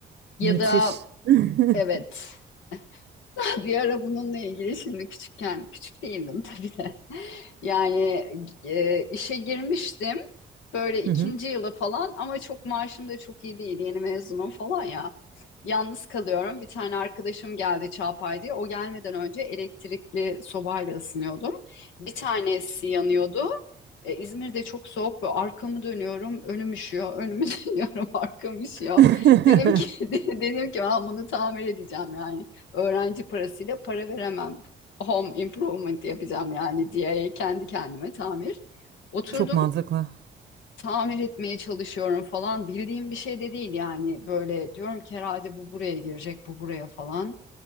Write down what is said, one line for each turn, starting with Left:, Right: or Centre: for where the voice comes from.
Left: Ya
Right: Müthiş.
Left: da
Right: <laughs>
Left: evet. <laughs> <laughs> Bir ara bununla ilgili şimdi küçükken, küçük değildim tabii de. Yani e, işe girmiştim böyle ikinci
Right: Hı hı.
Left: yılı falan ama çok maaşım da çok iyi değil. Yeni mezunum falan ya. Yalnız kalıyorum. Bir tane arkadaşım geldi Çağpay diye. O gelmeden önce elektrikli sobayla ısınıyordum. Bir tanesi yanıyordu. E, İzmir'de çok soğuk ve arkamı dönüyorum, önüm üşüyor, önümü <laughs> dönüyorum, arkam üşüyor.
Right: <laughs>
Left: Dedim ki <laughs> dedim ki ben bunu tamir edeceğim yani öğrenci parasıyla para veremem. Home improvement yapacağım yani diye kendi kendime tamir. Oturdum
Right: Çok mantıklı.
Left: tamir etmeye çalışıyorum falan. Bildiğim bir şey de değil yani. Böyle diyorum ki herhalde bu buraya girecek, bu buraya falan.